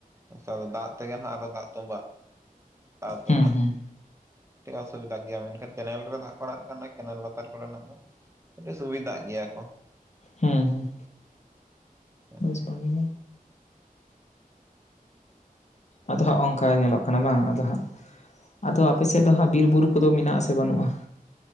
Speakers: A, on the right; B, on the left.
A: ᱟᱪᱪᱷᱟ ᱫᱟᱜ ᱛᱮᱜᱮ ᱦᱟᱜ ᱟᱨᱚ ᱫᱟᱜ ᱛᱚᱵᱟᱜᱼᱟ <unintelligible>
B: ᱦᱩᱸ ᱦᱩᱸ
A: ᱠᱟᱴᱤᱡ ᱚᱥᱩᱵᱤᱫᱷᱟ ᱜᱮᱭᱟ ᱢᱮᱱᱠᱷᱟᱱ ᱠᱮᱱᱮᱞ ᱨᱮ ᱫᱟᱜ ᱠᱚ ᱟᱲᱟᱜ ᱞᱮᱠᱷᱟᱱ ᱚᱱᱟ ᱠᱮᱱᱮᱞ ᱞᱟᱛᱟᱨ ᱠᱚᱨᱮᱱᱟᱜ ᱫᱚ <unintelligible> ᱥᱩᱵᱤᱫᱟᱜ ᱜᱮᱭᱟ ᱠᱚ
B: ᱦᱩᱸ ᱦᱩᱸ
A: ᱦᱮᱸᱥᱮ
B: ᱵᱮᱥ ᱵᱷᱟᱜᱮ ᱜᱮ ᱟᱫᱚ ᱦᱟᱸᱜ ᱚᱝᱠᱟ ᱧᱮᱞᱚᱜ ᱠᱟᱱᱟ ᱵᱟᱝ ᱟᱫᱚ ᱦᱟᱸᱜ ᱟᱫᱚ ᱟᱯᱮ ᱥᱮᱫ ᱫᱚ ᱦᱟᱸᱜ ᱵᱤᱨ ᱵᱩᱨᱩ ᱠᱚᱫᱚ ᱢᱮᱱᱟᱜ-ᱟᱥᱮ ᱵᱟᱱᱩᱜᱼᱟ